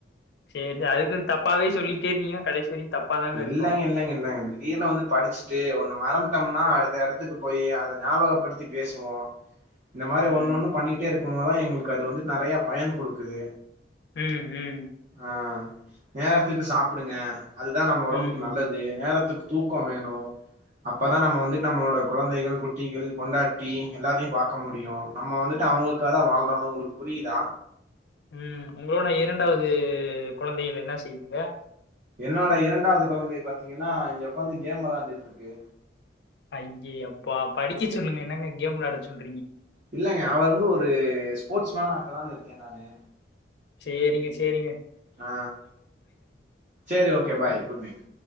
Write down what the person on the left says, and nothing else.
சேரி அதுக்குன்னு தப்பாவே சொல்லி டேருந்தீங்க கடைசி வரையு தப்பாதாங்க
இருக்கு
ம்
ம் ம்
ம்
ம்
ம்
உ உங்களோட இரண்டாவது குழந்தைகள் என்ன செய்துங்க
ஐய்யயப்பா படிக்க சொல்லுங்க என்னங்க கேம்ல விளையாட சொ
செரிங்க செரிங்க